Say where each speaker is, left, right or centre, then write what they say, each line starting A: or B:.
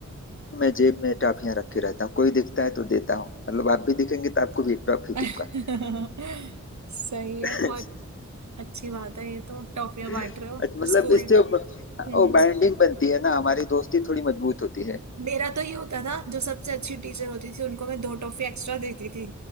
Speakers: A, on the left (about 45°); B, on the right (about 70°).
A: मैं जेब में टॉफियां रखे रहता हूँ कोई दिखता है तो देता हूँ मतलब आप भी दिखेंगे तो आपको भी एक टॉफी
B: <laughs>
A: दूंगा
B: सही है
A: <laughs>
B: बहुत अच्छी बात है ये तो टॉफियां
A: अच्छा,
B: बांट रहे हो
A: मतलब
B: स्कूल
A: इससे वो,
B: हम्म
A: वो बाइंडिंग बनती है ना हमारी दोस्ती थोड़ी मजबूत होती है
B: मेरा तो ये होता था जो सबसे अच्छी टीचर होती थी उनको मैं दो टॉफी एक्स्ट्रा देती थी